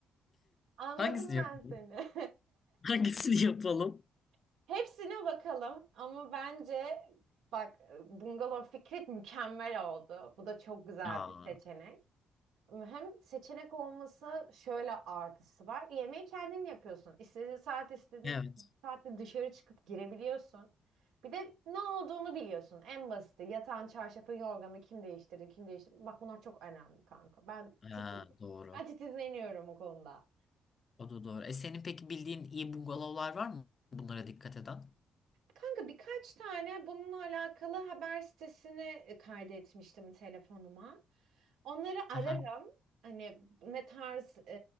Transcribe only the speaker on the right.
Anladım
ben
seni.
<laughs> Hepsine bakalım ama bence bak bungalov fikri mükemmel oldu. Bu da çok güzel
bir seçenek. Hem seçenek olması şöyle artısı var. Yemeği kendin yapıyorsun. İstediğin saat istediğin
saatte dışarı çıkıp girebiliyorsun. Bir de ne olduğunu biliyorsun. En basiti yatağın, çarşafın, yorganı kim değiştirdi, kim değiştirdi. Bak bunlar çok önemli kanka. Ben
titiz.
Ben titizleniyorum o konuda.
Kanka birkaç tane bununla alakalı haber sitesini e, kaydetmiştim telefonuma. Onları ararım.
Hani ne tarz e,